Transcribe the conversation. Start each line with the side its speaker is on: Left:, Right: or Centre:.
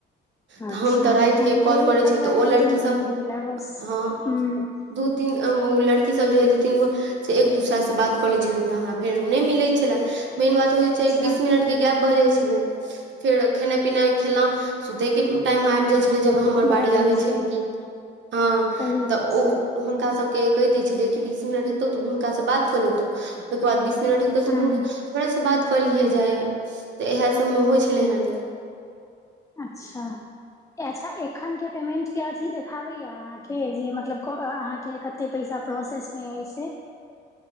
Right: त
Left: अच्छा
Right: हम त रात
Left: हमरो
Right: के कॉल करै
Left: एखन
Right: छलै
Left: वएह
Right: त ओ
Left: दू
Right: लड़की
Left: तीन दिन
Right: सब
Left: भेल हँ बस
Right: हँ
Left: हूँ
Right: दू तीन ओ लड़कीसब जे हइ दू तीन गो से एक दूसरास बात क लै छलनि त हमरा फेर नहि मिलै छलय। मेन बात होइ
Left: अच्छा
Right: छैय एक बीस मिनट के गैप भ जाइ छैय। फेर खेना पीनाइ खेलौं सुते के टाइम मे आब जाइ छैय। जब हमर बड़ी
Left: भऽ जाइ
Right: आबी
Left: छै
Right: छलै कि हँ
Left: सही बात
Right: त ओ
Left: छै
Right: हुनका सब के कहि दै छलियै कि बीस मिनट हेतौ त हुनका स बात क ले तु ओहिके बाद बीस मिनट हेतउ त
Left: हूँ
Right: हमरा से बात कलिहे जाइए त इएह सबमे होइ छलै एहेन
Left: अच्छा अछा एखन के पेमेंट के अथी देखाबैया अहाँके जे मतलब अहाँके कते पैसा प्रसेस मे अइ से?